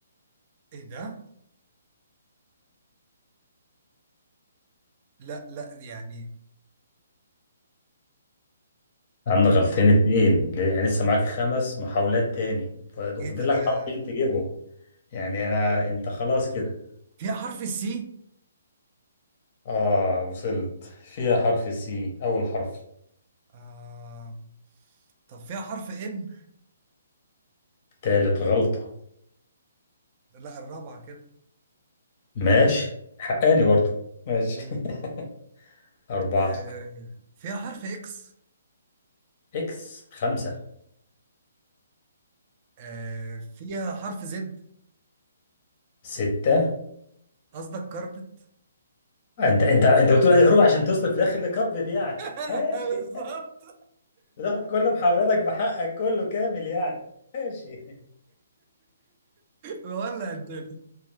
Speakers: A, on the right (about 30°); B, on the left (about 35°).
A: ايه ده لا لا يعني
B: عم
A: ايه
B: غلطين
A: ده
B: اتنين يعني لسه معاك خمس محاولات تاني ف- وفاضل
A: ايه ده ده
B: لك حرفين تجيبهم يعني انا انت خلاص كده
A: فيها حرف السي
B: اه وصلت فيها حرف سي اول حرف
A: آه طب فيها حرف ان
B: تالت غلطة
A: لا الرابعة كده
B: ماشي حقاني برضه ماشي
A: مم.
B: <laughs> أربعة
A: آه فيها حرف اكس
B: إكس خمسة
A: آه فيها حرف زد
B: ستة
A: قصدك كربت
B: أنت أنت أنت بتقول أي حروف عشان توصل في الآخر لكارفد يعني
A: <laughs>
B: ماشي
A: بالظبط
B: بتاخد كل محاولاتك بحقك كله كامل يعني ماشي
A: ولا الدنيا